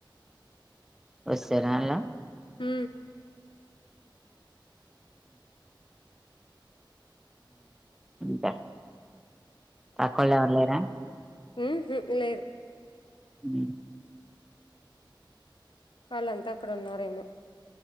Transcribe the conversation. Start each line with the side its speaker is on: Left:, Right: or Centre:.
Centre: <unintelligible>
Left: ఉ
Centre: ఉంటా అక్కొల్లు ఎవర్ లేరా
Left: ఊ హ్మ్మ్ లేరు
Centre: ఊ
Left: వాళ్ళంతా అక్కడ ఉన్నారేమో